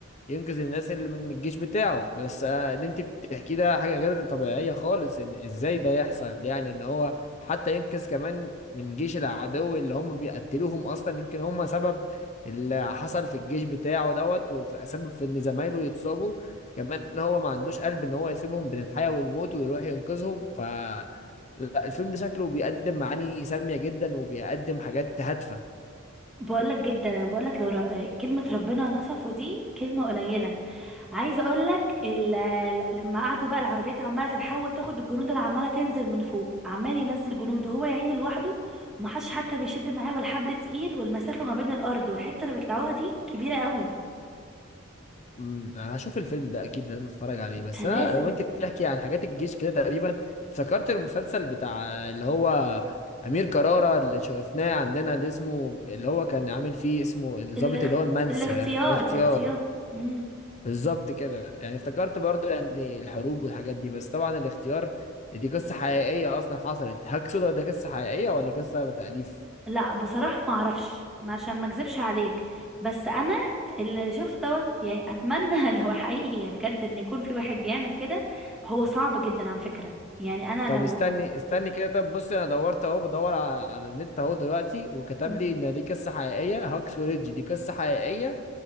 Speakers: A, on the left; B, in the centre.
A: ينقذ الناس اللي من الجيش بتاعه بس آه، اللي انت بتحكيه ده حاجة غير طبيعية خالص ان ازاي ده يحصل يعني ان هو حتى ينقذ كمان من جيش العدو اللي هم بيقتلوهم اصلا يمكن هم سبب اللي حصل في الجيش بتاعه دوت وسبب في ان زمايله يتصابوا كمان ان هو ما عندوش قلب ان هو يسيبهم بين الحياة والموت ويروح ينقذهم فالفيلم ده شكله بيقدم معاني سامية جدا وبيقدم حاجات هادفة
B: بقولك جدا انا بقولك لو ر... كلمه ربنا نصفه دي كلمه قليله عايزه اقول لك لما قعدوا بقى العربيات عماله تتحول تاخد الجنود اللي عماله تنزل من فوق عمال ينزل جنود وهو يا عيني لوحده ومحدش حتى بيشد معاه ولا حبل تقيل والمسافه ما بين الارض والحته اللي بيطلعوها دي كبيره قوي
A: امم هشوف الفيلم ده اكيد لازم اتفرج عليه بس
B: ده لازم
A: انا لو انت بتحكي عن حاجات الجيش كده تقريبا افتكرت المسلسل بتاع اللي هو امير كرارة اللي شفناه عندنا اللي اسمه اللي هو كان عامل فيه اسمه الضابط
B: الاخ...
A: اللي هو المنسي
B: الاختيار
A: ده الاختيار
B: الاختيار امم
A: بالظبط كده يعني افتكرت برضو يعني الحروب والحاجات دي بس طبعا الاختيار دي قصة حقيقية اصلا حصلت هاك سودا ده قصة حقيقية ولا قصة تأليف
B: لا بصراحه ما اعرفش ما- عشان ما اكذبش عليك بس انا اللي شفت دوت يعني اتمنى <laughs> لو حقيقي بجد ان يكون في واحد بيعمل كده هو صعب جدا على فكره يعني انا
A: طب
B: لو
A: استني استني كده طب بص انا دورت اهو بدور على, على النت اهو دلوقتي وكتب
B: مم.
A: لي ان دي قصه حقيقيه هاكس وريدج دي قصه حقيقيه